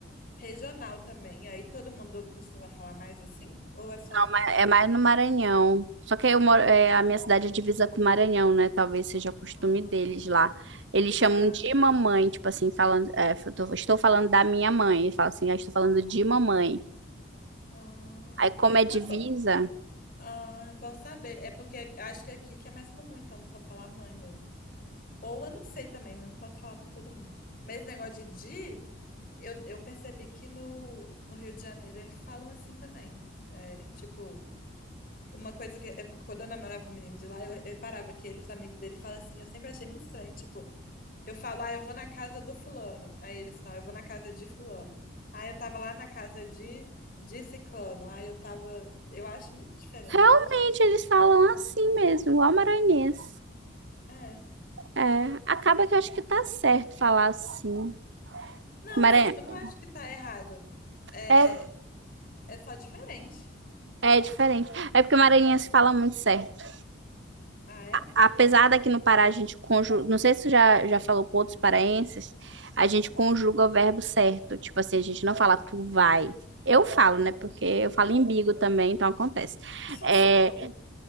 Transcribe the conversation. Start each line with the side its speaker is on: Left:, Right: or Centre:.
Left: Regional também, aí todo mundo costuma falar mais assim? Ou é só, só
Right: ma- É
Left: dessa.
Right: mais no Maranhão. Só que eu moro, é, a minha cidade é divisa com o Maranhão, né? Talvez seja costume
Left: Ah,
Right: deles lá. Eles chamam
Left: ah,
Right: de mamãe, tipo assim, falando, é, eu tô- estou falando da minha mãe. Eles falam assim, ah, estou falando de mamãe.
Left: ah.
Right: Aí, como é
Left: Uma
Right: divisa.
Left: co... ah, bom saber, é porque acho que aqui que é mais comum, então só falar mãe mesmo. Ou eu não sei também, né? Não posso falar para todo mundo. Mas esse negócio de di, eu, eu percebi que no, no Rio de Janeiro eles falam assim também. É, tipo, uma coisa que é porque quando eu namorava um menino de lá, eu reparava que ele, os amigos dele falam assim, eu sempre achei muito estranho, tipo. Eu falo, ah, eu vou na casa do fulano. Aí eles, não, eu vou na casa de fulano. Ah, eu tava lá na casa de, de ciclano. Ah, eu tava. Eu acho muito diferente.
Right: Realmente, eles falam assim mesmo, igual maranhense.
Left: É.
Right: É, acaba que eu acho que tá certo falar assim.
Left: Não,
Right: Maranhão.
Left: é, tipo, não acho que tá errado. É,
Right: É,
Left: é só diferente.
Right: é diferente. É porque o maranhense fala muito certo.
Left: Ah, é?
Right: Apesar daqui no Pará a gente conjuga. Não sei se você já, já falou com outros paraenses, a gente conjuga o verbo certo. Tipo assim, a gente não fala tu vai. Eu falo, né? Porque eu falo em bigo também, então acontece.
Left: <laughs>
Right: É,